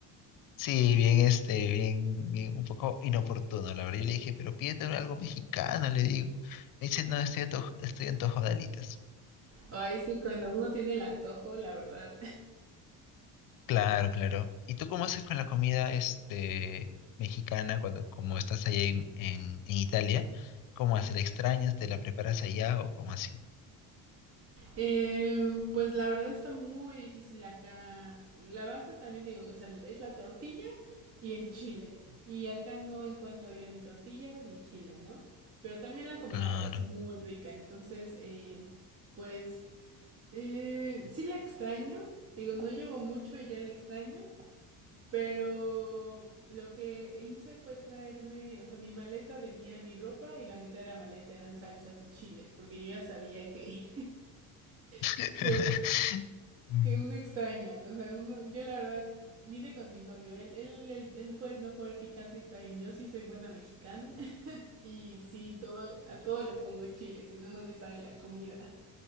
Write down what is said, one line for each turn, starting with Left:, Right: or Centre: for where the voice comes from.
Left: Sí, bien, este, bien, bien, un poco inoportuno, la verdad. Yo le dije, pero pídete algo mexicano, le digo. Me dice, no, estoy, ato- estoy antojado de alitas.
Right: Ay, es que cuando uno tiene el antojo, la verdad.
Left: Claro, claro. ¿Y tú cómo haces con la comida, este, mexicana cuando, como estás allá en, en, en Italia? ¿Cómo haces? ¿La extrañas? ¿Te la preparas allá o cómo así?
Right: Eh, pues la verdad está muy difícil acá. La base también digo, o sea, es la tortilla y el chile. Y acá no encuentro yo ni tortillas ni chile, ¿no? Pero también la comida
Left: Claro.
Right: de acá es muy rica. Entonces, eh, pues eh, sí la extraño. Digo, no llevo mucho y ya la extraño. Pero lo que hice fue traerme, o sea, mi maleta venía mi ropa y la mitad de la maleta eran salsas y chiles, porque yo ya sabía que,
Left: <laughs>
Right: <laughs> que
Left: Mm.
Right: que uno extraña. O sea, uno, yo la verdad vine con mi novio. Él, él, él, él puede no comer picante y está bien. Yo sí soy buena mexicana. <laughs> Y sí, todo, a todo le pongo chile, si no, no me sabe la comida.